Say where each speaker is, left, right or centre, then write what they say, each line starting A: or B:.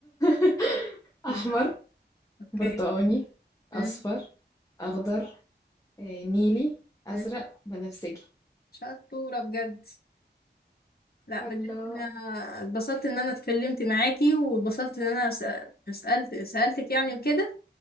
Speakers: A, on the left; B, on the left.
A: <laughs>
B: لا.
A: أحمر
B: أوكي
A: برتقاني أصفر
B: مم.
A: أخضر آه، نيلي أزرق
B: مم.
A: بنفسجي
B: شطورة بجد لا
A: الله
B: بجد انا اتبسطت ان انا اتكلمت معاكي واتبسطت ان انا س- سألت سألتك يعني وكده